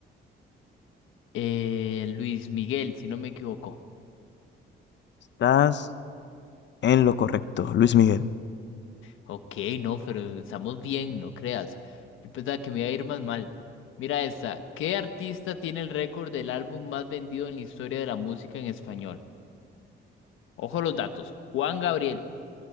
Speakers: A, on the left; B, on the left.
A: Eh, Luis Miguel, si no me equivoco.
B: Estás en lo correcto, Luis Miguel.
A: Ok, no, pero estamos bien, no creas. Yo pensaba que me iba a ir más mal. Mira esta. ¿Qué artista tiene el récord del álbum más vendido en la historia de la música en español? Ojo los datos. Juan Gabriel,